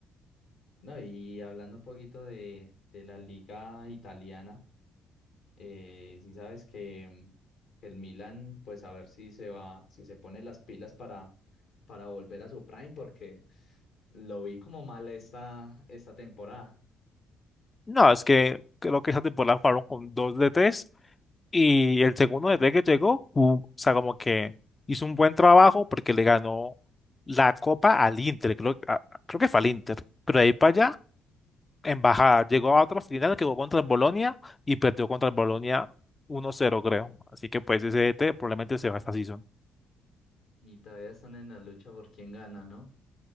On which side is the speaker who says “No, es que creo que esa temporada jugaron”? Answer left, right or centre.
Left